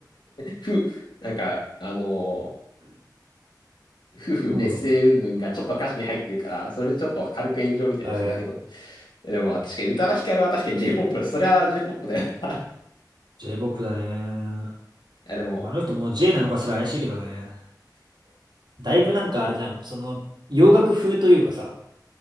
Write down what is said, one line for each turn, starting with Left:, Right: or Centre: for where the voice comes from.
Left: ふ、なんか、あのー夫婦別姓うんぬんがちょっと歌詞に入ってるから、
Right: うん。
Left: それでちょっと軽く炎上みたいにしてたけど。
Right: ええ、
Left: えでも、まあ確かに宇多田ヒカルは確かに J-POP、そりゃ J-POP だよな。<laughs> い
Right: j ジェイポップだね。
Left: や、でも、
Right: まああの人も J なのかすら怪しいけどね。だいぶなんかあれじゃん。その、洋楽風というかさ、